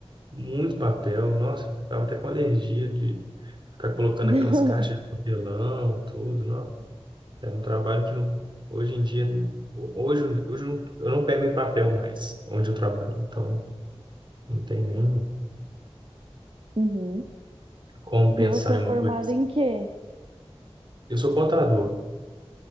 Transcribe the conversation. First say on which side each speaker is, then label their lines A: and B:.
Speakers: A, on the right; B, on the right.
A: Muito papel, nossa, eu ficava até com alergia de ficar colocando
B: <laughs>
A: aquelas caixas de papelão, tudo, não. Era um trabalho que não, hoje em dia, hoje, hoje eu não eu não pego em papel mais, onde eu trabalho, então não tem nem
B: Uhum.
A: como pensar
B: E você
A: em
B: é
A: uma
B: formada
A: coisa assim.
B: em quê?
A: Eu sou contador.